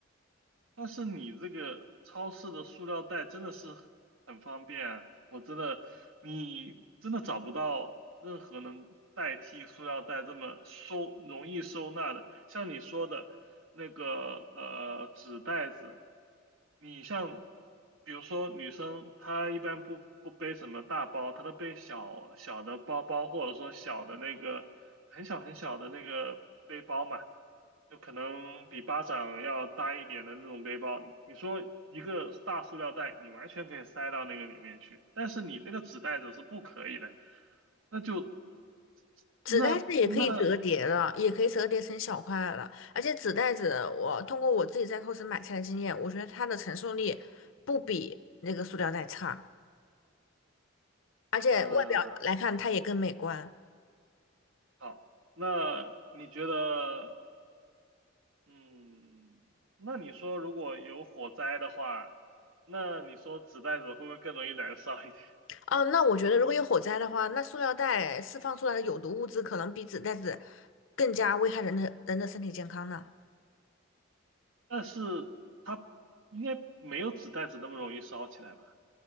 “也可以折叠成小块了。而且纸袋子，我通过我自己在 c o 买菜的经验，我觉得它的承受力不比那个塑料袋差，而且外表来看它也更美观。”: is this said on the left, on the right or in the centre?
Left